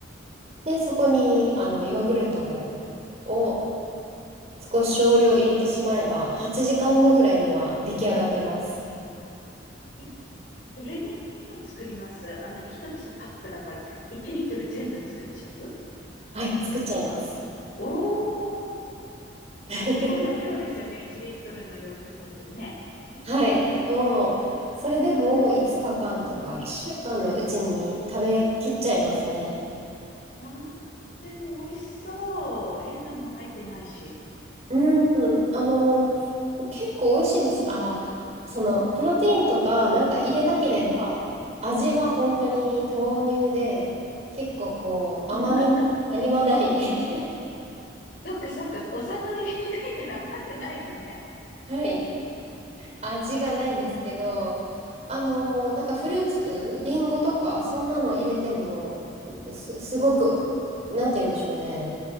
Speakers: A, on the right; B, on the left.
A: で、そこに、あの、ヨーグルトを少し少量入れてしまえば、8時間後ぐらいには出来上がってます。
B: いどれぐらいの量作りますあの、一つパックだから1リットル全部作っちゃう
A: はい、作っちゃいます。
B: おー、
A: <laughs>
B: 結構な量ですよね、1リットルのヨーグルトってね。
A: はい、もう、それでも5日間とか1週間のうちに食べきっちゃいますね。
B: うんうん。あー、でも美味しそう。変なもん入ってないし。
A: うん、あの、結構美味しいですよ。あ、その、プロテインとかなんか入れなければ、
B: うんうん。
A: 味は本当に豆乳で、
B: うんうん
A: 結構こう、
B: <laughs>
A: 甘みも何もない。<laughs>
B: そっかそっか、お砂糖入れてないから甘くないのね。
A: はい。味がないんですけど、あの、なんかフルーツ、リンゴとか、そんなの入れても、す、すごく、なんて言うんでしょうね。